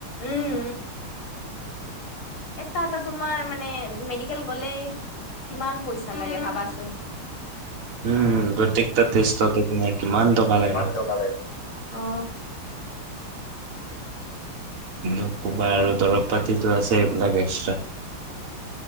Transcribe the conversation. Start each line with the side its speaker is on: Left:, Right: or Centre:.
Left: উম, এটা এটা তোমাৰ মানে, মেডিকেল গলেই কিমান পইচা লাগে ভাবাচোন।
Right: উম প্ৰত্যেক টা তেষ্টতে তোমাৰ কিমান টকা লাগে।
Left: ইমান টকা লাগে অ
Right: <unintelligible> বা আৰু দৰব পাতিতো আছে এইবিলাক এক্সট্ৰা